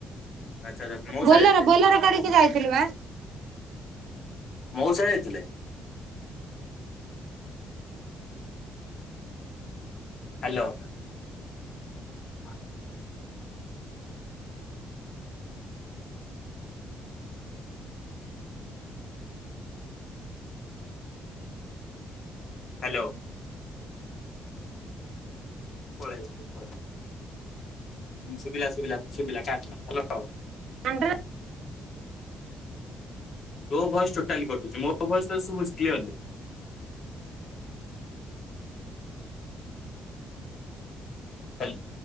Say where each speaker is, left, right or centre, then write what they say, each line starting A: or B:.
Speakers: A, on the left; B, on the right.
A: ଆଚ୍ଛା ଆଚ୍ଛା ମଉସା
B: ବୋଲର
A: ଯାଇଥିଲେ
B: ବୋଲର କରିକି ଯାଇଥିଲୁବା।
A: ମଉସା ଯାଇଥିଲେ? ହାଲୋ। <inaudible> ହାଲୋ। <unintelligible> ହୁଁ ସୁୁବିଲା ସୁବିଲା ଶୁବିଲା ହାଲୋ।
B: ଆନ୍ଦ୍ରା
A: ତୋ ଭଏସ ଟୋଟାଲି କଟୁଛି ମୋ ଭଏସ ତ ଶୁଭୁଛି କ୍ଲ୍କିଅରଲି। ହାଲ